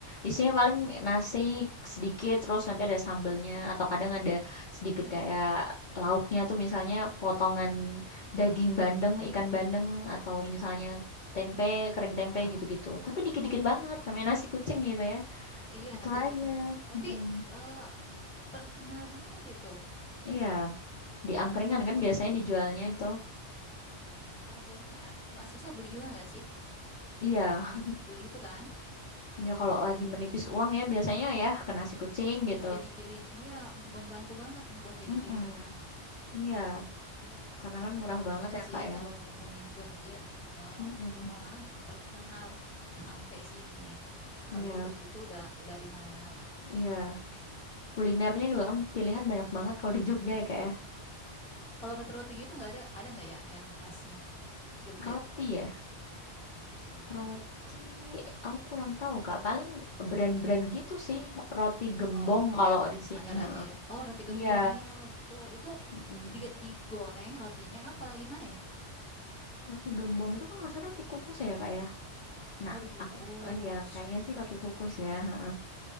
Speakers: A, on the left; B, in the centre.
A: Isinya paling nasi sedikit, terus nanti ada sambelnya atau kadang ada
B: Mm,
A: sedikit kayak lauknya tuh misalnya potongan daging bandeng, ikan bandeng atau misalnya tempe,
B: ya.
A: kering tempe
B: Ah, ah.
A: gitu-gitu. Tapi dikit-dikit banget, namanya
B: Oh,
A: nasi kucing gitu ya.
B: iya
A: Itu
B: nasi
A: aja.
B: kucing ya. Tapi
A: Mm-mm.
B: eh, terkenal banget itu.
A: Iya, di angkringan kan biasanya dijualnya itu.
B: Kalau biasanya mahasiswa beli juga nggak sih?
A: Iya.
B: beli beli itu kan?
A: Ya kalau lagi menipis uang ya biasanya ya ke nasi kucing gitu.
B: Ya jadi pilih, iya membantu banget buat jadi
A: Mm-mm.
B: pilihan.
A: Iya,
B: Oh,
A: karena kan murah
B: banyak
A: banget
B: banget
A: ya
B: sih
A: Kak ya.
B: kalau ngomongin Jogja eh,
A: Mm-mm.
B: malahan terkenal sampai sini. Kalau
A: Iya,
B: gudeg itu udah udah di mana-mana lah.
A: iya. Kulinernya juga kan pilihan banyak banget kalau di Jogja ya Kak ya.
B: Kalau roti-roti gitu nggak ada ada nggak ya yang khasnya Jogja?
A: Roti ya,
B: Mm-mm.
A: roti aku kurang tahu Kak. Paling brand-brand gitu sih, roti gembong
B: Oh, roti
A: kalau
B: yang
A: di sini.
B: standar
A: Ha.
B: aja ya. Oh, roti gembong.
A: Iya.
B: Iya, betul. Itu
A: Mm-mm.
B: di- digoreng rotinya apa gimana ya?
A: Roti gembong itu kan nggak salah roti kukus ya Kak ya. Nah,
B: Oh, dikukus.
A: aku eh, ya kayaknya sih roti kukus ya. Ha.